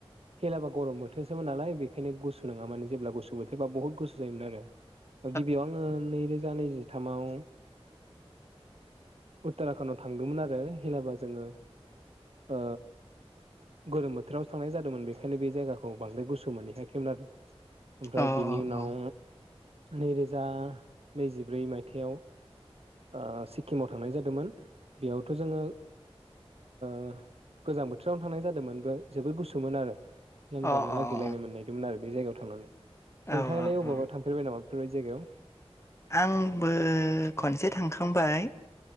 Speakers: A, on the right; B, on the left.
A: हेलाबा गरम बोथोरसोमोन नालाय बेखायनो गुसु नङामोन। जेब्ला गुसु बोथोरा बहुत गुसु जोयोमोन आरो।
B: <inaudible>
A: गिबियाव आङो नैरोजा नैजि थामाव उत्तराखन्डआव थांदोंमोन आरो। हेलाबा जोङो ओ गोरोम बोथोराव थांनाय जादोंमोन बेखायनो बे जायगाखौ बांद्राय गुसु मोनहैयाखैमोन आरो। ओमफ्राय
B: औ
A: बेनि
B: औ
A: उनाव नैरोजा नैजिब्रै मायथाइयाव ओ सिक्किमाव थांनाय जादोंमोन। बेयावथ' जोङो ओह गोजां बोथोरावनो थांनाय जादोंमोन बे जोबोद गुसुमोन आरो लोमजानो
B: अ अ
A: नागिरनो मोननाय। मोन आरो बे जायगायाव थांनानै।
B: औ
A: नोंथाङालाय
B: औ
A: अबावबा थांफेरबाय नामा बेफोरबायदि जायगायाव?
B: आंबो खनसे थांखांबाय।